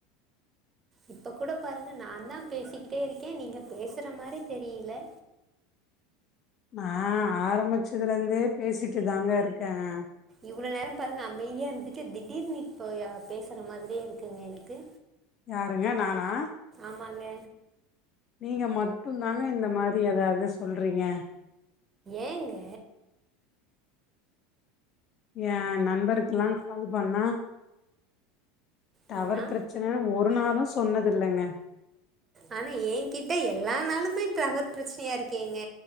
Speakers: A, on the right; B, on the left.
A: இப்ப கூட பாருங்க நான் தான் பேசிக்கிட்டே இருக்கேன் நீங்க பேசற மாறி தெரியல
B: நான் ஆரம்பிச்சதுல இருந்தே பேசிட்டு தாங்க இருக்கேன்
A: இவ்ளோ நேரம் பாருங்க அமைதியா இருந்துட்டு திடீர்னு இப்ப பேசற மாதிரியே இருக்குங்க எனக்கு
B: யாருங்க நானா
A: ஆமாங்க
B: நீங்க மட்டுந்தாங்க இந்த மாரி ஏதாவது சொல்றீங்க
A: ஏங்க
B: ஏ நண்பருக்குல்லாம் கால் பண்ணா டவர்
A: பண்ணா
B: பிரச்சனன்னு ஒரு நாளும் சொன்னதில்லைங்க
A: ஆனா எ கிட்ட எல்லா நாளூமே டவர் பிரச்சனையா இருக்கேங்க